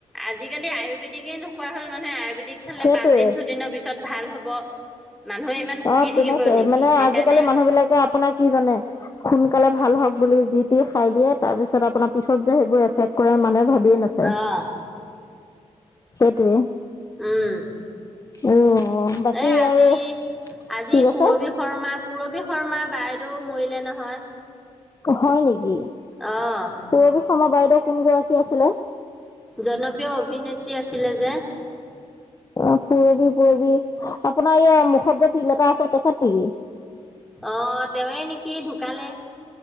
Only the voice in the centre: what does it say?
আজিকালি আয়ুৰ্বেদিকে নোখোৱা হ'ল মানুহে, আয়ুৰ্বেদিক খালে
পাঁচদিন, ছয়দিনৰ পিছত ভাল হ'ব, মানুহে ইমান ভুগি
থাকিব
নেকি
সেইকাৰণে
অ'
উম।
এ আজি
আজি
পুৰবী শৰ্মা, পূুৰবী শৰ্মা বাইদেউ মৰিলে নহয়।
অহ
জনপ্ৰিয় অভিনেত্ৰী আছিলে যে।
অ', তেওঁৱে নেকি, ঢুকালে।